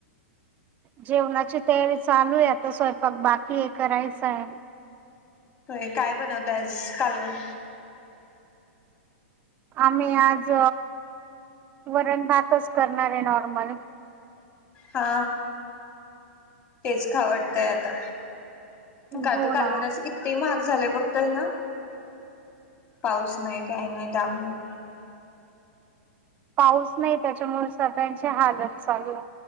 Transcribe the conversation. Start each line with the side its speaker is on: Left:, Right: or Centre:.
Right: जेवणाची तयारी चालू आहे आता, स्वयंपाक बाकीये करायचाय.
Left: होय काय बनवताय आज कालवण?
Right: आम्ही आज वरण भातच करणार आहे नॉर्मल.
Left: हा तेच खावटतंय आता. कातं
Right: हो
Left: कालवनाचा
Right: ना
Left: कित्ती महा्ग झालाय बघताय ना? पाऊस नाही काही नाही त्यााममुळं
Right: पाऊस नाही त्याच्यामुळे सगळ्यांची हालत चालू आहे.